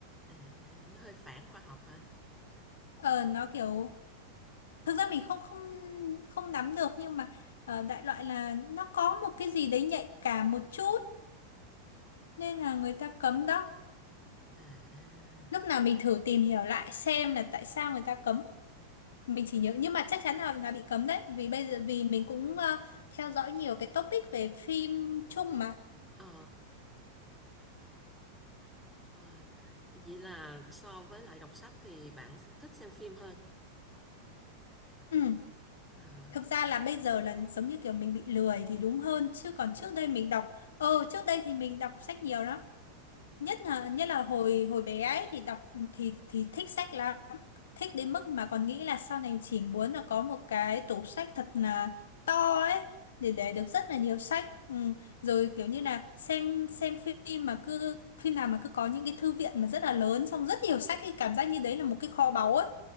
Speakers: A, in the centre; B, on the left.
A: À, nó hơi phản khoa học hả?
B: ờ nó kiểu thực ra mình không không không nắm được nhưng mà ờ, đại loại là nó có một cái gì đấy nhạy cảm một chút nên là người ta cấm đó
A: À, à.
B: lúc nào mình thử tìm hiểu lại xem là tại sao người ta cấm mình chỉ nhớ nhưng mà chắc chắn là là bị cấm đấy vì bây giờ vì mình cũng ờ, theo dõi nhiều cái topic về phim chung mà
A: ờ, ờ, vậy là so với lại đọc sách thì bạn thích xem phim hơn.
B: ừ.
A: À,
B: thực ra là bây giờ là giống như kiểu mình bị lười thì đúng hơn chứ còn trước đây mình đọc ờ trước đây thì mình đọc sách nhiều lắm nhất là nhất là hồi hồi bé ấy thì đọc thì thì thích sách lắm thích đến mức mà còn nghĩ là sau này chỉ muốn là có một cái tủ sách thật là to ấy để để được rất là nhiều sách ừ. rồi kiểu như là xem xem phim mà cứ phim nào mà cứ có những cái thư viện mà rất là lớn xong rất nhiều sách thì cảm giác như đấy là một cái kho báu ấy